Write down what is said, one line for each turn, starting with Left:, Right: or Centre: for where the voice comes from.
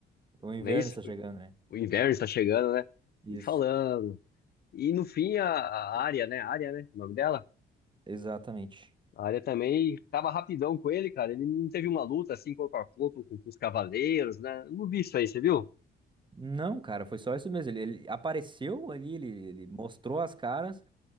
Right: O inverno
Left: Não é isso?
Right: está chegando, né?
Left: O inverno está chegando, né?
Right: Isso.
Left: E falando. E no fim a, a Arya, né? Arya, né? O nome dela?
Right: Exatamente.
Left: A área também tava rapidão com ele, cara. Ele não teve uma luta assim, corpo a corpo, com, com os cavaleiros, né? Eu não vi isso aí, você viu?
Right: Não, cara, foi só isso mesmo. Ele, ele apareceu ali, ele, ele mostrou as caras,